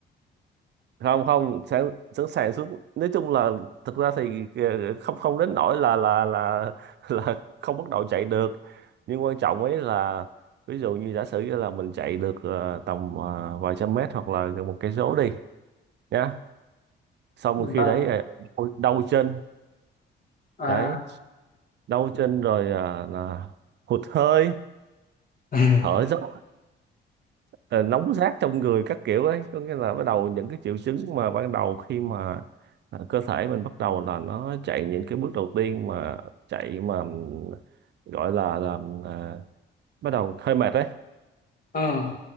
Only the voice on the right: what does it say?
không không sẵn sẵn sàng xuống nói chung là thực ra thì ờ, không không đến nỗi là là là là không bắt đầu chạy được nhưng quan trọng ấy là ví dụ như giả sử như là mình chạy được ờ, tầm ờ, vài trăm mét hoặc là gần một cây số đi nhá xong
rồi khi
đấy à, ôi, đau chân
đấy đau chân rồi à, là hụt hơi
thở dốc ờ, nóng rát trong người các kiểu ấy có nghĩa là bắt đầu những cái triệu chứng mà ban đầu khi mà à, cơ thể mình bắt đầu là nó chạy những cái bước đầu tiên mà chạy mà ừm, gọi là là à, bắt đầu hơi mệt đấy